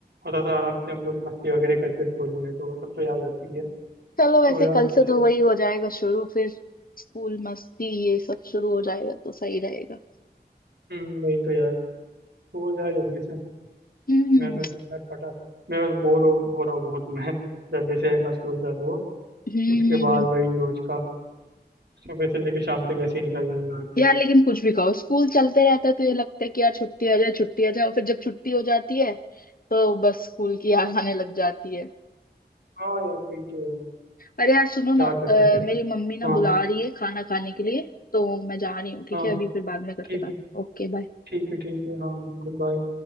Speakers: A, on the right (about 70°); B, on the left (about 55°).
A: होता था आराम से हम लोग मस्ती वगैरह करते स्कूल में तो वो सब तो याद आती है
B: चलो
A: तो
B: वैसे
A: यार
B: कल
A: वो तो
B: से
A: सही
B: तो
A: है
B: वही हो जाएगा शुरू फिर स्कूल मस्ती ये सब शुरू हो जाएगा तो सही रहेगा
A: हम्म, वही तो यार हो जाए जल्दी से
B: हम्म हम्म
A: मैं तो यार फटा मैं बस बोर हो, हो रहा हूँ बहुत <laughs> मैं जल्दी से है ना स्कूल चालू हो
B: हम्म
A: उसके बाद
B: हम्म।
A: वही रोज का सुबह से लेकर शाम तक ऐसे ही निकल जाएगा हर दिन
B: यार लेकिन कुछ भी कहो स्कूल चलते रहता है तो ये लगता है कि यार छुट्टी आ जाए छुट्टी आ जाए और फिर जब छुट्टी हो जाती है तो बस स्कूल की याद आने लग जाती है
A: हाँ यार वही तो यार
B: अरे यार सुनो ना
A: क्या
B: अ,
A: कर सकते हैं।
B: मेरी मम्मी ना
A: हाँ
B: बुला रही है खाना खाने के लिए तो मैं जा रही हूँ ठीक
A: हाँ
B: है अभी फिर बाद में करते
A: ठीक है
B: बात ओके बाय
A: ठीक है ठीक है हाँ बिल्कुल बाय